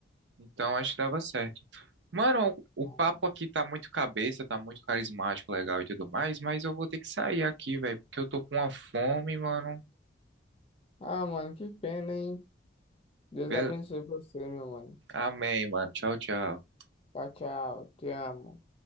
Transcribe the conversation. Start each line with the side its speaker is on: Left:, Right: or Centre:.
Right: Então, acho que dava certo. Mano, o
Left: não.
Right: o papo
Left: Não.
Right: aqui tá muito cabeça, tá muito carismático, legal e tudo mais, mas eu vou ter que sair aqui, velho, porque eu tô com uma fome, mano.
Left: Ah, mano, que pena, hein? Deus
Right: Beleza.
Left: abençoe você, meu mano.
Right: Amém, mano. Tchau, tchau.
Left: Tchau, tchau. Te amo.